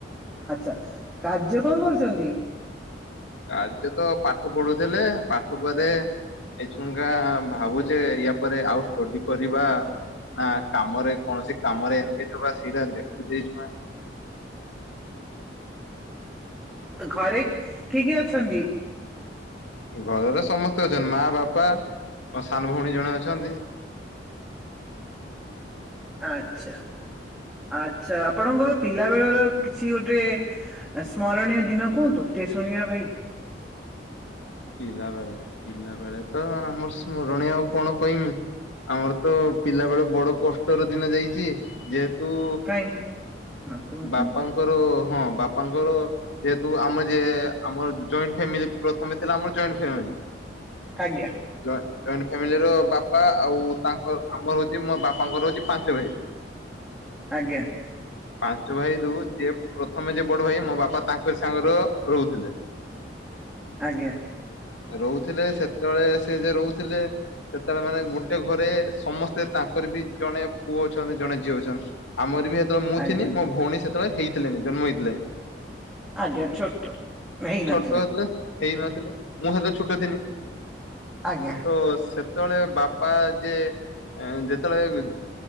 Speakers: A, in the centre; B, on the left.
A: ଆଚ୍ଛା କାର୍ଯ୍ୟ କଁ କରୁଚନ୍ତି।
B: କାର୍ଯ୍ୟ ତ ପାଠ ପଢୁଥିଲେ ପାଠ ପରେ ଏ <unintelligible> ଭାବୁଛେ ୟା ପରେ ଆଉ ଷ୍ଟଡି କରିବା। ନା କାମରେ କୌଣସି କାମରେ ଏଙ୍ଗେଜ୍ ହବା ସେଇଡ଼ା ଦେଖୁଚେ। <unintelligible>
A: ଘରେ କିଏ କିଏ ଅଛନ୍ତି।
B: ଘରର ସମସ୍ତେ ଅଛନ୍ ମା ବାପା ମୋ ସାନ ଭୋଉଣୀ ଜଣେ ଅଛନ୍ତି।
A: ଆଚ୍ଛା ଆଚ୍ଛା ଆପଣଙ୍କର ପିଲା ବେଳର କିଛି ଗୋଟେ ସ୍ମରଣୀୟ ଦିନ କୁହନ୍ତୁ ଟିକେ ଶୁଣିବା ଭାଇ।
B: ପିଲା ବେଳେ ପିଲା ବେଳେ ତ ଆମର ସ୍ମରଣୀୟ ଆଉ କଣ କହିମି। ଆମର ତ ପିଲା ବେଳ ବଡ କଷ୍ଟର ଦିନ ଯାଇଚି ଯେହେତୁ
A: କାହିଁକି। ହଁ କୁହନ୍ତୁ
B: ବାପାଙ୍କର ହଁ ବାପାଙ୍କର ଯେହେତୁ ଆମ ଯିଏ ଆମର ଜଏଣ୍ଟେ ଫ୍ୟାମିଲ ପ୍ରଥମେ ଥିଲା ଆମର ଜଏଣ୍ଟେ ଫ୍ୟାମିଲି।
A: ଆଜ୍ଞା
B: ଜଅ ଜଏଣ୍ଟେ ଫ୍ୟାମିଲି ର ବାପା ଆଉ ତାଙ୍କର ଆମର ହୋଉଚି ମୋ ବାପାଙ୍କର ହୋଉଚି ପାଞ୍ଚ ଭାଇ।
A: ଆଜ୍ଞା।
B: ପାଞ୍ଚ ଭାଇ ରୁ ଯେ ପ୍ରଥମେ ଯେ ବଡ ଭାଇ ମୋ ବାପା ତାଙ୍କ ସାଙ୍ଗର ରହୁଥିଲେ।
A: ଆଜ୍ଞା
B: ରହୁଥିଲେ ସେତେବେଳେ ସେ ଯେ ରହୁଥିଲେ ସେତେବେଳେ ମାନେ ଗୋଟେ ଘରେ ସମସ୍ତେ ତାଙ୍କର ବି ଜଣେ ପୁଅ ଅଛନ୍ତି ଜଣେ ଝିଅ ଅଛନ୍ତି। ଆମର ବି ସେତେବେଳେ ମୁଁ
A: ଆଜ୍ଞା
B: ଥିନି ମୋ ଭଉଣୀ ସେତେବେଳେ ହେଇଥିଲେଣିି ଜନ୍ମ ହେଇଥିଲେ।
A: ଆଜ୍ଞା ଛୋଟ। ହେଇନଥିଲେ
B: ଛୋଟ ହେଥିଲା ହେଇ ନଥିଲେ ମୁଁ ହେତଲୋ ଛୋଟ ଥିନି।
A: ଆଜ୍ଞା
B: ତ ସେତେବେଳେ ବାପା ଯେ ଉଁ ଯେତେବେଳେ